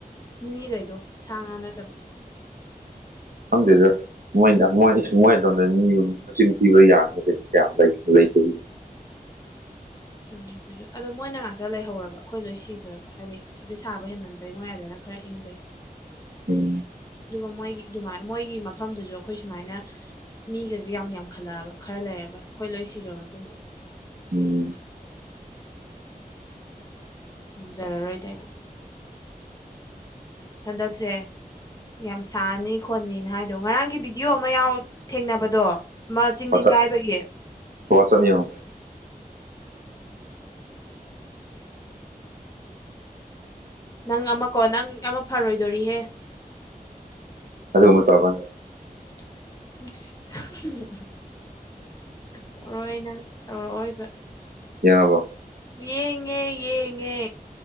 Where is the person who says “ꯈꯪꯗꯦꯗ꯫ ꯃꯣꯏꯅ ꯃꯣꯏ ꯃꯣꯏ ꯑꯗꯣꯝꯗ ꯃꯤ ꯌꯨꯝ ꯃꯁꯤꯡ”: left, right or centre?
Right